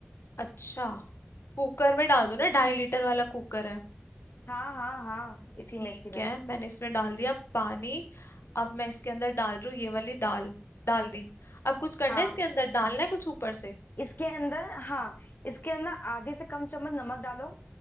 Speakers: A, on the left; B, on the left.
A: अच्छा कुकर में डाल दूं ना ढाई लीटर वाला कुकर है
B: हाँ हाँ हाँ इसी
A: ठीक
B: में इसी में
A: है मैंने इसमें डाल दिया पानी अब मैं इसके अंदर डाल रही हूँ ये वाली दाल डाल दी अब कुछ करना
B: हाँ
A: है इसके अंदर डालना है कुछ ऊपर से
B: इसके अंदर हाँ इसके अंदर आधे से कम चम्मच नमक डालो